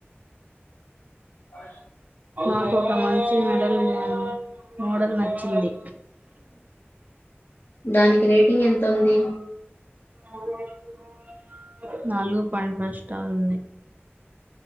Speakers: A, on the left; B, on the right.
A: ఆ
B: నాకు ఒక మంచి మెడల్ ఇవ్వండి మోడల్ నచ్చిది
A: దానికి రేటింగ్ ఎంతుంది
B: అల్లాకు అక్బర్ నాలుగు పాయింట్ ఫైవ్ స్టార్ ఉంది